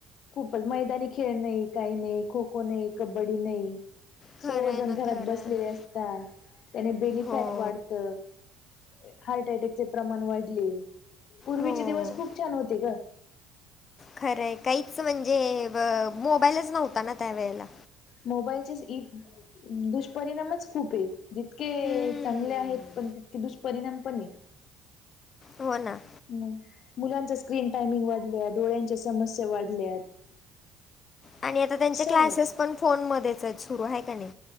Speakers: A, on the left; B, on the left.
A: खूपच मैदानी खेळ नाही काही नाही खो खो नाही कबड्डी न ई
B: खरं
A: सर्वजण
B: आहे ना,
A: घरात
B: खरं
A: बसलेले
B: आहे ना.
A: असतात त्याने बेलीफॅट
B: हो,
A: वाढत ए हार्ट अटॅकचे प्रमाण वाढले पूर्वीचे
B: हो.
A: दिवस खूप छान होते ग.
B: खरंय काहीच म्हणजे ब मोबाईलच नव्हता ना त्यावेेळेला
A: मोबाईलचे ईत दुष्परिणामच खूप आहे जितके ऐ
B: हम्म.
A: चांगले आहेत पण तितके दुष्परिणाम पण हे
B: हो ना
A: हु मुलांच्या स्क्रीन टायमिंग वाढल्या डोळ्यांच्या समस्या वाढल्यात
B: आणि आता त्यांचे
A: सर्वच
B: क्लासेस पण फोन मध्येचच सुरू आहे काय क नी